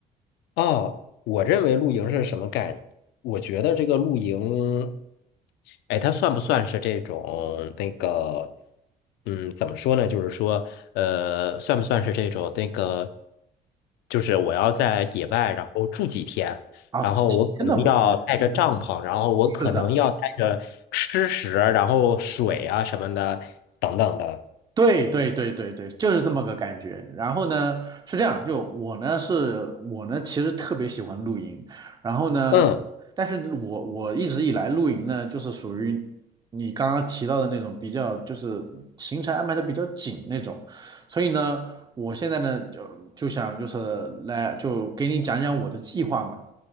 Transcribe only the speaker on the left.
哦，我认为露营是什么概念？我觉得这个露营，哎，它算不算是这种那个，嗯，怎么说呢？就是说，呃，算不算是这种那个，就是我要在野外，然后住几天，
然后我可能要带着帐篷，
然后我可能要带着吃食，
然后水啊什么的，等等的。
嗯，